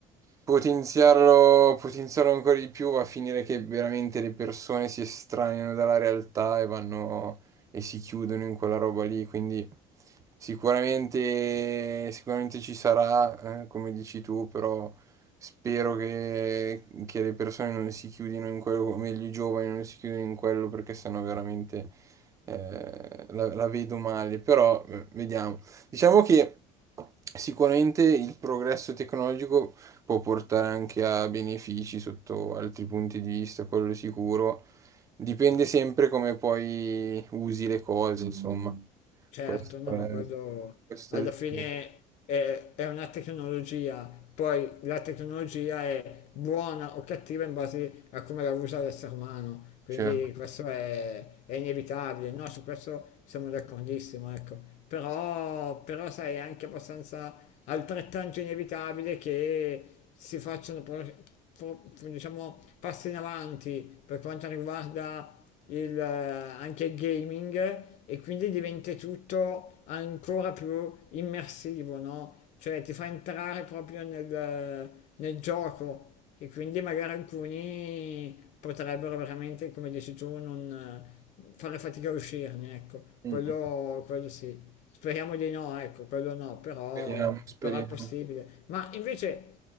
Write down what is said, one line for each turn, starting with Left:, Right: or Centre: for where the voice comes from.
Right: potenziarlo, potenziarlo ancora di più va a finire che veramente le persone si estraniano dalla realtà e vanno e si chiudono in quella roba lì, quindi Sicuramente, sicuramente ci sarà, eh, come dici tu, però spero che, che le persone non si chiudino in quello, o meglio i giovani non si chiudino in quello perché sennò veramente eh, la, la vedo male. Però eh, vediamo. Diciamo che sicuramente il progresso tecnologico può portare anche a benefici sotto altri punti di vista, quello sicuro. Dipende sempre come poi usi le cose, insomma.
Left: Certo,
Right: Questo
Left: no,
Right: è,
Left: ma quello
Right: questo
Left: alla
Right: è il
Left: fine
Right: tema.
Left: è, è una tecnologia, poi la tecnologia è buona o cattiva in base a come la usa l'essere umano, quindi
Right: Cioè,
Left: questo è, è inevitabile, no? Su questo siamo d'accordissimo, ecco. Però, però sai, è anche abbastanza altrettanto inevitabile che si facciano pro- pro- diciamo, passi in avanti per quanto riguarda il, eh, anche il gaming e quindi diventa tutto ancora più immersivo, no? Cioè ti fa entrare proprio nel, eh, nel gioco e quindi magari alcuni potrebbero veramente, come dici tu, non eh, fare fatica a uscirne, ecco,
Right: mm,
Left: quello, quello sì. Speriamo di no, ecco, quello no, però,
Right: speriamo, speriamo.
Left: però è possibile. Ma invece,